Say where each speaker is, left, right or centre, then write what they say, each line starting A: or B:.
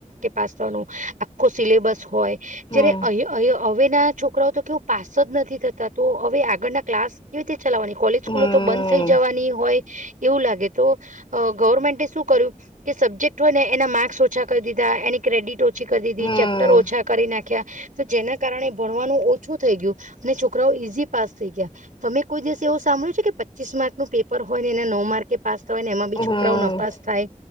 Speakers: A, on the right; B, on the left.
A: પાસ થનું આખો સિલેબસ હોય
B: હમ
A: જ અ. અ હવે ના છોકરાઓ તો કેવું પાસ જ નથી થતા તો હવે આગળના ક્લાસ. કેવી રીતે ચલાવવાની કોલેજ
B: હમ
A: સ્કૂલો તો બંધ થઈ જવાની હોય એવું લાગે તો ગવર્મેન્ટ શું. કે સબ્જેક્ટ હોય ને એના માર્ક્સ ઓછા. ા એની ક્રેડિટ ઓછી કરી દીધી
B: હમ
A: ચેપ્ટર ઓછા કરી નાખ્યા તો જેના કારણે. ભણવાનું ઓછું થઈ ગયું અને છોકરાઓ ઈઝી પાસ થઈ ગયા. તમે કોઈ દિવસે એવું સાભળ્યું છે કે પચીસ માર્કનું પેપર હોયને એને નવ માર્કે. પાસ થય ને એમાં બી
B: હમ
A: છોકરાઓ ન પાસ થાય